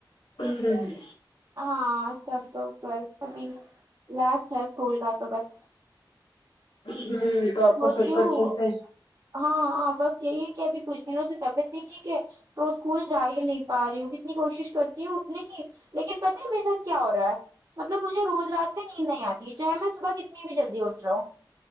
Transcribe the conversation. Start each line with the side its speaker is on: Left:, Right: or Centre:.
Left: ہوں ہوں
Right: <unintelligible> ہاں لاسٹ ہے اسکول کا تو بس
Left: ج تو آپ
Right: سوچ
Left: کو پھر
Right: رہی
Left: تو اچھے
Right: ہوں
Left: سے
Right: ہاں ہاں بس یہی کہ ابھی کچھ دنوں سے طبیعت نہیں ٹھیک ہے تو اسکول جا ہی نہیں پا رہی ہوں کتنی کوشش کرتی ہوں اٹھنے کی لیکن پتا ہے میرے ساتھ کیا ہو رہا ہے مطلب مجھے روز رات میںہ نیند نہیں آتی ہے چاہے میں صبح کتنی بھی جلدی اٹھ جاؤں